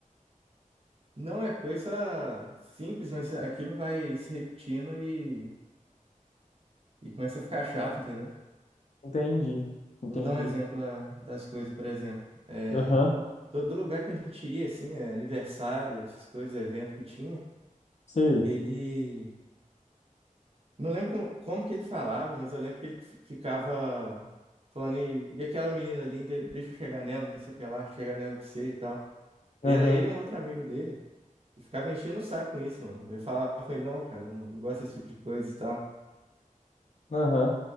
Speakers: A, on the right; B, on the left.
A: Não é coisa simples, mas aquilo vai se repetindo e, e começa a ficar chato, entendeu?
B: entendi, entendi.
A: Vou dar um exemplo da- das coisas, por exemplo. É,
B: Aham,
A: todo lugar que a gente ia, assim, é, aniversário, essas coisas, evento que tinha,
B: sei.
A: ele. Não lembro como, como que ele falava, mas eu lembro que ele f- ficava falando, e, e aquela menina ali, de- deixa eu chegar nela, não sei o que lá, chegar nela pra você e tal.
B: Aham,
A: E era ele e um outro amigo dele. Eu ficava enchendo o saco com isso, mano. Eu falava com ele, não, cara, não, não gosto desse tipo de coisa e tal.
B: aham,